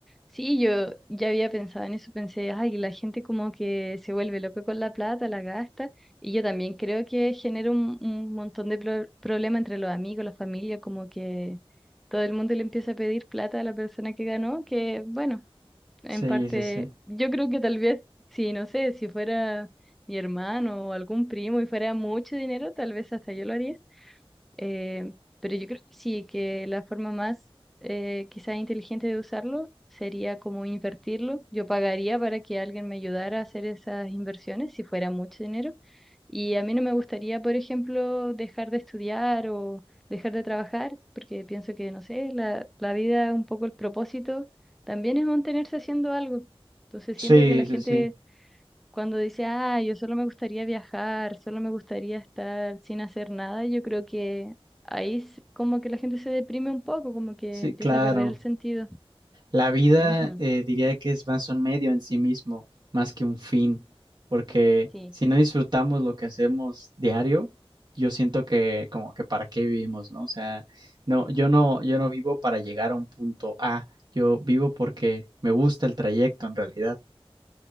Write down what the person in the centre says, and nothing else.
Sí, yo ya había pensado en eso, pensé, ay, la gente como que se vuelve loca con la plata, la gasta, y yo también creo que genera un, un montón de pro- problemas entre los amigos, la familia, como que todo el mundo le empieza a pedir plata a la persona que ganó, que bueno, en
parte,
yo creo que tal vez, si no sé, si fuera mi hermano o algún primo y fuera mucho dinero, tal vez hasta yo lo haría eh, pero yo creo que sí, que la forma más eh, quizás inteligente de usarlo sería como invertirlo. Yo pagaría para que alguien me ayudara a hacer esas inversiones si fuera mucho dinero. Y a mí no me gustaría, por ejemplo, dejar de estudiar o dejar de trabajar, porque pienso que, no sé, la, la vida, un poco el propósito, también es mantenerse haciendo algo. Entonces
siento que la
gente
cuando dice, ah, yo solo me gustaría viajar, solo me gustaría estar sin hacer nada, yo creo que ahí s- como que la gente se deprime un poco, como que
empieza
a perder el sentido.
Ujú,
Sí,